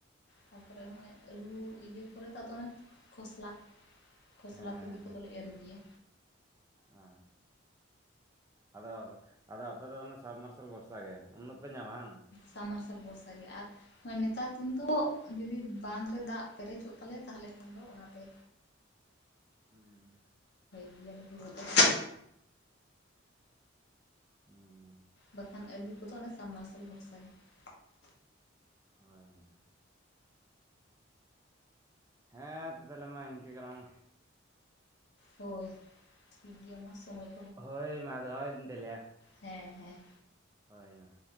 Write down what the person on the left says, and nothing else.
ᱛᱟᱨ ᱯᱚᱨᱮ ᱱᱚᱜᱼᱚᱭ ᱟᱹᱞᱩ ᱤᱭᱟᱹ ᱠᱚᱨᱮ ᱫᱚ ᱚᱱᱮ ᱠᱷᱚᱥᱞᱟ ᱠᱷᱚᱥᱞᱟ
ᱛᱩᱲᱤ ᱠᱚᱫᱚᱞᱮ ᱮᱨ ᱜᱮᱭᱟ
ᱥᱟᱵ ᱢᱟᱨᱥᱟᱞ ᱵᱷᱚᱨᱥᱟ ᱜᱮ ᱟᱨ ᱱᱮᱛᱟᱨ ᱫᱤᱱ ᱫᱚ ᱡᱩᱫᱤ ᱵᱟᱸᱷ ᱨᱮ ᱫᱟᱜ ᱯᱮᱨᱮᱡᱚᱜ ᱛᱟᱞᱮᱭᱟ ᱾ ᱛᱟᱦᱚᱞᱮ ᱠᱷᱟᱱ ᱫᱚ ᱚᱱᱟᱛᱮ
ᱜᱮᱭᱟᱞ ᱦᱩᱲᱩ ᱫᱚ
ᱵᱟᱠᱷᱟᱱ ᱟᱹᱞᱩ ᱠᱚᱫᱚ ᱚᱱᱮ, ᱥᱟᱢ ᱢᱟᱨᱥᱟᱞ ᱵᱷᱚᱨᱥᱟ ᱜᱮ ᱾
ᱦᱳᱭ ᱴᱷᱤᱠ ᱜᱮᱭᱟ ᱢᱟ ᱥᱚᱢᱚᱭ
ᱦᱮᱸᱻ ᱦᱮᱸ